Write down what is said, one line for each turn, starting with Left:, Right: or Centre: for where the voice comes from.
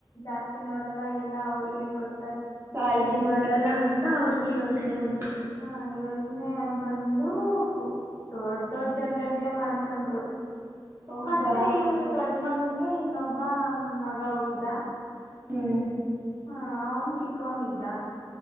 Left: ಜಾಸ್ತಿ ನೋಡಲ್ಲ ಎಲ್ಲಾ ಅವ್ರಿಗೆ ಕೊಡ್
Right: ಕಾಳಜಿ ಮಾಡಲ್ಲ ಅಂತ ಅವ್ರಿಗೆ ಯೋಚನೆ ಅನ್ಸುತ್ತೆ
Left: ಹಾ ಯೋಚನೆ ಯೋಚನೆ ಬಂದು ದೊಡ್ಡ ದೊಡ್ಡ ಜಗಳಗಳೇ ಮಾಡ್ಕೊಂಡ್ರು
Right: ಹೌದಾ
Left: ಮತ್ತೆ ಇವರು ದೊಡ ಮಗಂಗೆ ಇನ್ನೊಬ್ಬ ಮಗ ಹುಟ್ಟದ
Right: ಹ್ಮ್
Left: ಹಾ ಅವನ್ ಚಿಕ್ಕವನ ಇದ್ದ